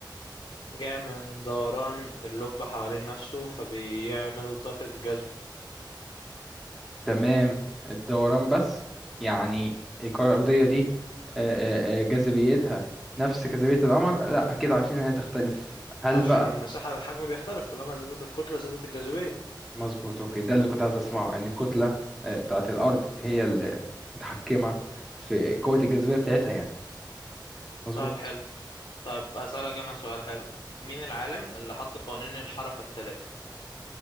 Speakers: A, on the left; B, in the centre.
A: جاء من دوران اللب حوالين نفسه فبيعمل طاقة جذب
B: تمام الدوران بس يعني الكرة الأرضية دي أه... أه... آه، جاذبيتها نفس جاذبية القمر لا أكيد عارفين إنها تختلف هل
A: عشان
B: بقى
A: المساحة الحجم بيختلف كلما زادت الكتلة زادت الجاذبية
B: مظبوط اوكي ده اللي كنت عايز اسمعه ان الكتله آه، بتاعه الارض هي اللي متحكمه في قوه الجاذبيه بتاعتها يعني مظبوط
A: طيب حلو طيب هسألك أنا سؤال حلو مين العالم اللي حط قوانين الحركة الثلاثة